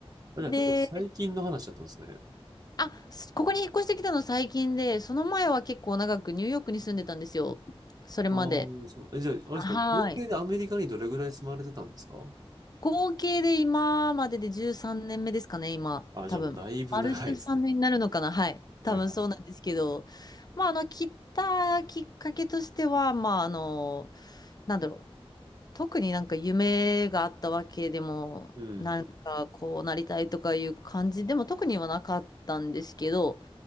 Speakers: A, on the right; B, on the left.
A: あじゃあ結構最近の話だったんですね。
B: で、あ、すここに引っ越してきたの最近で、その前は結構長くニューヨークに住んでたんですよ。それまで。
A: ああ、そう。えじゃあ、あれですか、
B: はい。
A: 合計でアメリカにどれぐらい住まれてたんですか
B: 合計で今までで13年目ですかね、今。
A: あ、
B: 多分。
A: じゃあもうだいぶ長いですね。
B: 丸13年になるのかな。はい。多分そうなんですけど。
A: はいはい。
B: まあ、あの、切ったきっかけとしては、まあ、あの、なんだろう。特になんか夢があったわけでも、
A: うん。
B: なんかこうなりたいとかいう感じでも特にはなかったんですけど、